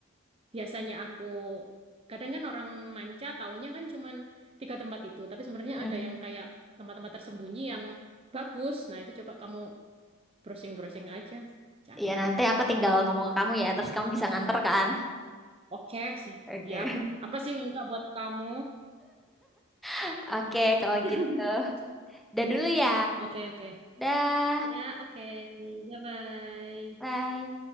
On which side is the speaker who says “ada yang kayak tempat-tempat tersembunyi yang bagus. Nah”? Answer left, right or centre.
Right